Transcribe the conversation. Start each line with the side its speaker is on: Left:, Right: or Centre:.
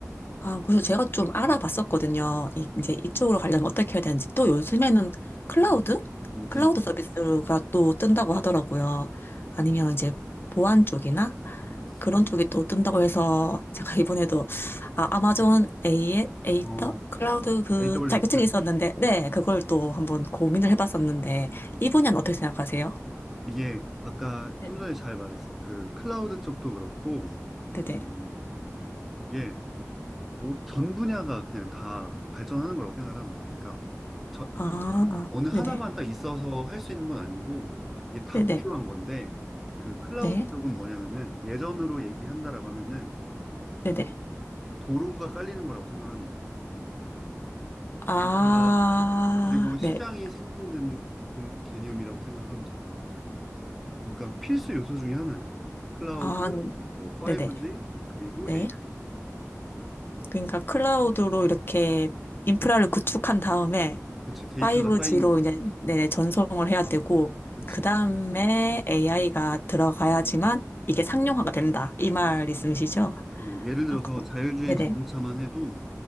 Left: 아, 그래서 제가 좀 알아봤었거든요. 이,
Centre: 음,
Left: 이제 이쪽으로 가려면 어떻게 해야 되는지. 또
Centre: 음,
Left: 요즘에는 클라우드?
Centre: 음,
Left: 클라우드
Centre: 음,
Left: 서비스가 또 뜬다고 하더라고요. 아니면 이제 보안 쪽이나
Centre: 음, 음.
Left: 그런 쪽이 또 뜬다고 해서 제가 이번에도 아, 아마존 A의 에이터
Centre: 어,
Left: 클라우드 그
Centre: AWS.
Left: 자격증이 있었는데, 네, 그걸 또 한번 고민을 해봤었는데,
Centre: 음, 음.
Left: 이 분야는 어떻게 생각하세요?
Centre: 이게 아까
Left: 네네.
Centre: 좀 전에 잘 말했어. 그 클라우드 쪽도 그렇고,
Left: 네네.
Centre: 어, 이게 뭐 전 분야가 그냥 다 발전하는 거라고 생각하면 돼. 그러니까 저,
Left: 아,
Centre: 어느 하나만
Left: 네네.
Centre: 딱 있어서 할 수 있는 건 아니고, 이게 다
Left: 네네.
Centre: 필요한 건데, 그 클라우드
Left: 네.
Centre: 쪽은 뭐냐면은 예전으로 얘기한다라고 하면은 뭐
Left: 네네.
Centre: 도로가 깔리는 거라고 생각하면 돼.
Left: 아,
Centre: 데이터 그리고 시장이
Left: 네.
Centre: 생성된 그 개념이라고 생각하면 될 것 같아. 그러니까 필수 요소 중에 하나예요. 클라우드,
Left: 아,
Centre: 뭐 5G,
Left: 네네.
Centre: 그리고
Left: 네.
Centre: AI.
Left: 그러니까 클라우드로 이렇게 인프라를 구축한 다음에
Centre: 그치, 데이터가
Left: 5G로
Centre: 쌓이는 거고.
Left: 이제 네네, 전송을 해야 되고,
Centre: 그치,
Left: 그 다음에 AI가 들어가야지만 이게
Centre: 그,
Left: 상용화가 된다. 이 말
Centre: 그치.
Left: 있으시죠?
Centre: 뭐 예를 들어서
Left: 아, 그
Centre: 자율주행
Left: 네네.
Centre: 자동차만 해도